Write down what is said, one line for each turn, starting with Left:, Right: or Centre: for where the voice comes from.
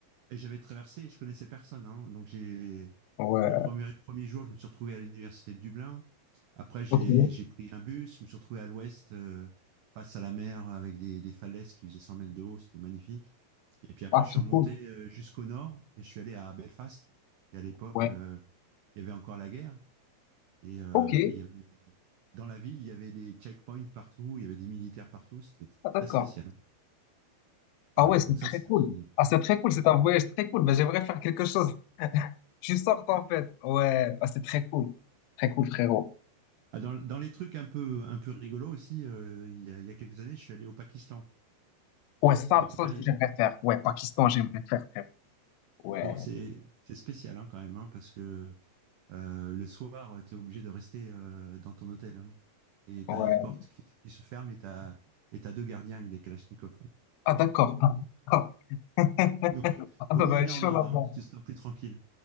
Right: et j'avais traversé, je connaissais personne. hein. donc, j'ai.
Left: Ouais,
Right: Le premier, premier jour, je me suis retrouvé à l'université de Dublin. Après, j'ai
Left: ok.
Right: j'ai pris un bus, je me suis retrouvé à l'ouest, euh, face à la mer, avec des, des falaises qui faisaient 100 mètres de haut, c'était magnifique. Et puis après,
Left: Ah,
Right: je suis
Left: c'est
Right: remonté
Left: cool.
Right: euh, jusqu'au nord et je suis allé à Belfast. Et à l'époque,
Left: Ouais,
Right: euh, il y avait encore la guerre. Et, euh,
Left: ok.
Right: et il y avait, dans la ville, il y avait des checkpoints partout, il y avait des militaires partout, c'était tr-
Left: Ah, d'accord.
Right: très spécial.
Left: Ah
Right: Voilà,
Left: ouais, c'est
Right: donc ça,
Left: très
Right: c'est
Left: cool.
Right: un souvenir.
Left: Ah, c'est très cool, c'est un voyage très cool. Mais j'aimerais faire quelque chose. <laughs> Je sorte en fait. Ouais, ah, c'est très cool. Très cool, frérot.
Right: Ah, dans, dans les trucs un peu, un peu rigolos aussi, euh, il y a, il y a quelques années, je suis allé au Pakistan.
Left: Ouais, ça,
Right: Et pareil,
Left: ça, j'aimerais faire. Ouais, Pakistan, j'aimerais faire, frérot. Ouais,
Right: Bon, c'est c'est spécial hein, quand même, hein, parce que euh, le soir, tu es obligé de rester euh, dans ton hôtel. hein. et
Left: ouais.
Right: tu as une porte qui, qui se ferme et tu as, et t'as deux gardiens avec des kalachnikovs. hein.
Left: Ah, d'accord. Ah, ah. <laughs>
Right: Donc,
Left: Ah,
Right: vaut
Left: ça
Right: mieux
Left: doit
Right: aller
Left: être chaud
Right: en Inde,
Left: là-bas.
Right: hein, tu seras plus tranquille,